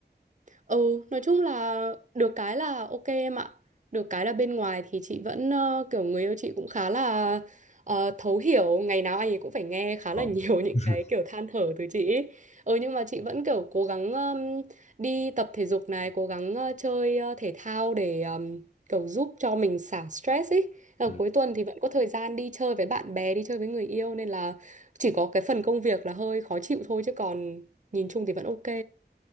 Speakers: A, on the right; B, on the left.
A: Ừ, nói chung là được cái là ok em ạ. Được cái là bên ngoài thì chị vẫn ờ, kiểu người yêu chị cũng khá là ờ, thấu hiểu, ngày nào anh ấy cũng phải nghe khá là
B: ờ
A: nhiều <laughs> những
B: <laughs>
A: cái kiểu than thở từ chị ấy. Ừ nhưng mà chị vẫn kiểu cố gắng ừm, đi tập thể dục này, cố gắng ờ, chơi ờ, thể thao để ừm, kiểu giúp cho mình xả stress ấy. Ờ,
B: ừ.
A: cuối tuần thì vẫn có thời gian đi chơi với bạn bè, đi chơi với người yêu nên là chỉ có cái phần công việc là hơi khó chịu thôi chứ còn nhìn chung thì vẫn ok.